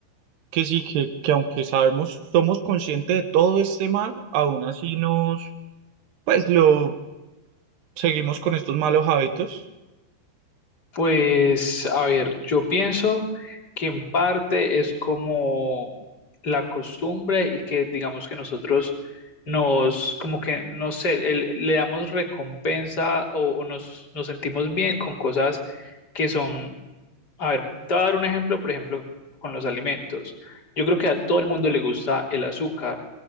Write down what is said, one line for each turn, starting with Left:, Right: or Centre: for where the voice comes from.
Right: que sí, que, que aunque sabemos, somos conscientes de todo este mal, aún así nos pues lo seguimos con estos malos hábitos.
Left: Pues, a ver, yo pienso que en parte es como la costumbre y que digamos que nosotros nos, como que, no sé, el- le damos recompensa o, o nos, nos sentimos bien con cosas que son, a ver, te voy a dar un ejemplo, por ejemplo, con los alimentos. Yo creo que a todo el mundo le gusta el azúcar